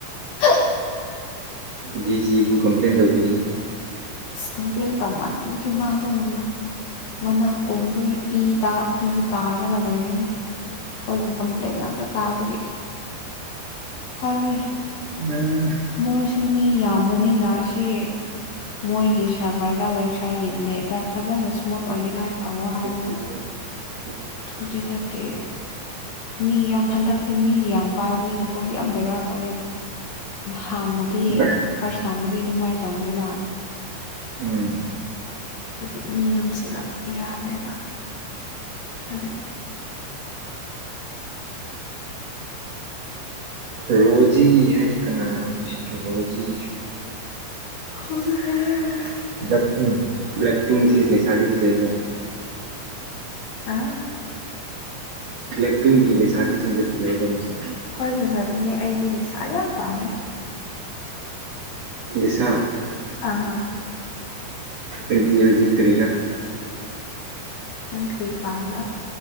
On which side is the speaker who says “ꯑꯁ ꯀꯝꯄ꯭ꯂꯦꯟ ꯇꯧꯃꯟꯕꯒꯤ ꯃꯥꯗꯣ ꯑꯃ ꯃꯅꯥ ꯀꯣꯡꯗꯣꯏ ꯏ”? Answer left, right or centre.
Left